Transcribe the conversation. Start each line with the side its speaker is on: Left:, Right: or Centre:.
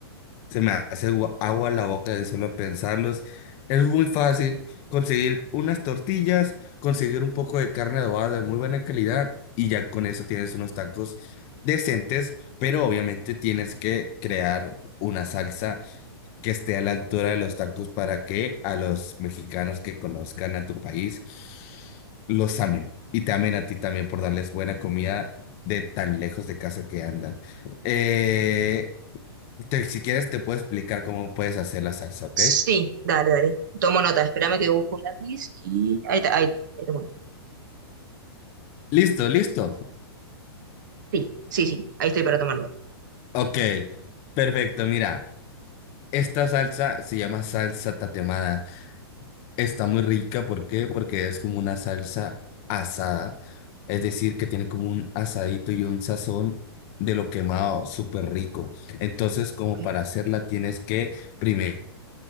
Left: se me hace gua- agua la boca de solo pensarlos. Es muy fácil conseguir unas tortillas, conseguir un poco de carne adobada de muy buena calidad y ya con eso tienes unos tacos decentes, pero obviamente tienes que crear una salsa que esté a la altura de los tacos para que a los mexicanos que conozcan a tu país los amen y te amen a ti también por darles buena comida de tan lejos de casa que andan. Eh, te- si quieres, te puedo explicar cómo puedes hacer la salsa, ¿ok?
Right: Sí, dale, dale. Tomo nota, espérame que busco un lápiz y ahí, está, ahí, ahí tomo
Left: Listo, listo.
Right: Sí, sí, sí, ahí estoy para tomar nota.
Left: Ok, perfecto. Mira, esta salsa se llama salsa tatemada. Está muy rica, ¿por qué? Porque es como una salsa asada, es decir, que tiene como un asadito y un sazón de lo quemado, súper rico. Entonces, como
Right: Ok,
Left: para hacerla, tienes que primero